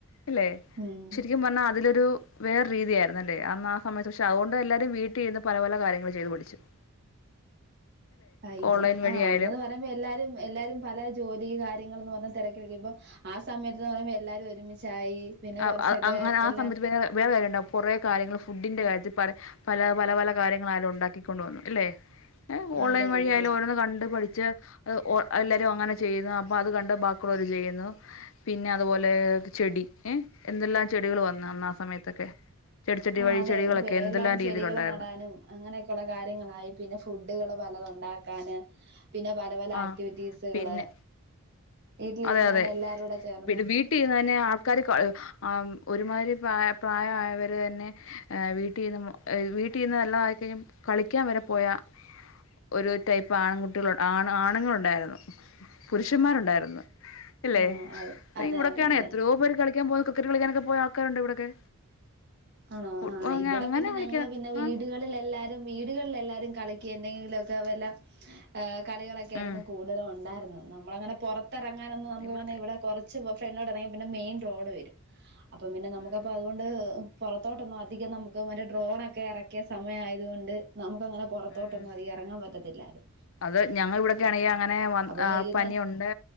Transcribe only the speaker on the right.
ഉം
ആഹ് ഇത്
ആഹ് അന്ന് പറയുമ്പോ എല്ലാരും എല്ലാരും പല ജോലി കാര്യങ്ങൾന്ന് പർഞ്ഞ് തിരക്കിലക്ക ഇപ്പോ ആ സമയത്ത് പറയ്പോ എല്ലാരും ഒരുമിച്ചായി പിന്നെ
കുറച്ചൊക്കെ
എല്ലാ
അതെ
അതെ
അതെ
ആഹ്
അതെ
എല്ലാരും ചെടികള്
നടാനും അങ്ങനെയൊക്കൊള്ള കാര്യങ്ങളായി പിന്നെ ഫുഡുകള് പലതുണ്ടാക്കി ക്കാന് പിന്നെ പല പല
ആക്ടിവിറ്റീസുകള്
വീട്ടിലിരുന്ന്
തന്നെ എല്ലാരൂടെ ചേർന്ന്
ആ അതെ അതെ
അതെ അതെ
ആണോ
ആ ഇവിടെ
പിന്നെ
ഞങ്ങള് പിന്നെ
വീടുകളിൽ എല്ലാരും വീടുകളിലെല്ലാരും കളി എന്തെങ്കിലുമൊക്കെ വല്ല കളികളൊക്കെ ആയിരുന്നു
കൂടുതലും ഉണ്ടായിരുന്നത് നമ്മളങ്ങനെ പുറ ഇറങ്ങാനൊന്ന നമുക്ക്
ഇവിടെ കുറച്ച് ഫ്രണ്ടോട്ട ഇങ്ങി പിന്നെ മെയിൻ റോഡ് വരും അപ്പൊ പിന്നെ നമുക്കപ്പ
അതുകൊണ്ട് പുറത്തോട്ടൊന്നും അധികം നമുക്ക് മറ്റേ ഡ്രോണൊക്കെ ഇറക്കിയ സമയയതുകൊണ്ട് ഇപ്പ അങ്ങനെ പുറത്തോട്ടൊന്നും
അതി ഇറങ്ങാൻ പറ്റത്തില്ലായിരുന്നു
അപ്പൊ വൈകുന്നേ